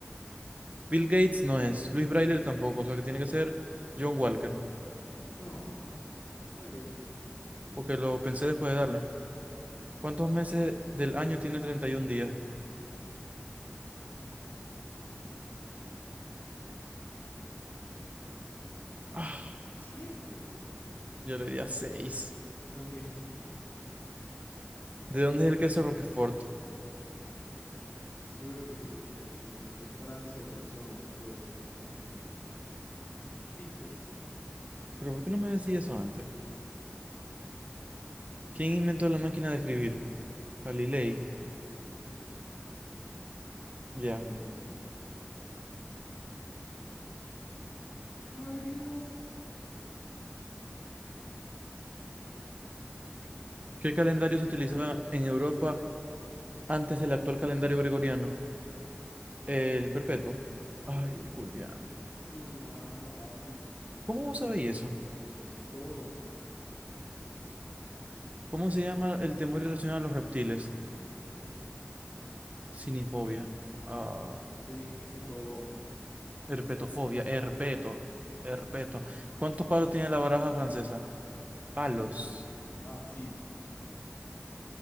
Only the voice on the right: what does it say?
Bill Gates no es. Luis Braille tampoco. O sea que tiene que ser John Walker.
Porque lo pensé después de darle. ¿Cuántos meses del año tiene 31 días? Ah,
yo le di a 6.
¿De dónde es el queso Roquefort?
Pero ¿por qué no me decís eso antes? ¿Quién inventó la máquina de escribir? Galilei. Ya.
¿Qué calendario se utilizaba en Europa antes del actual calendario gregoriano? El perpetuo. Ay, el juliano.
¿Cómo vos sabéis eso?
¿Cómo se llama el temor irracional a los reptiles? Cinifobia. Ah,
herpetofobia.
Herpeto. Herpeto. ¿Cuántos palos tiene la baraja francesa? Palos.